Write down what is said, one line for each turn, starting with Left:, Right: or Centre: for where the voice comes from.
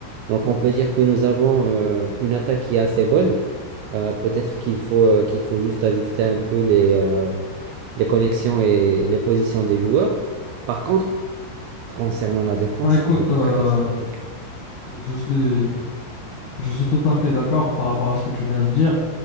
Right: Donc, on peut dire que nous avons euh, une attaque qui est assez bonne. Euh, peut-être qu'il faut, euh, qu'il faut juste ajuster un peu les, euh, les connexions et les positions des joueurs. Par contre, concernant la défense,
Left: Ah, écoute,
Right: c'est vraiment
Left: euh,
Right: catastrophique.
Left: je suis, je suis tout à fait d'accord par rapport à ce que tu viens de dire.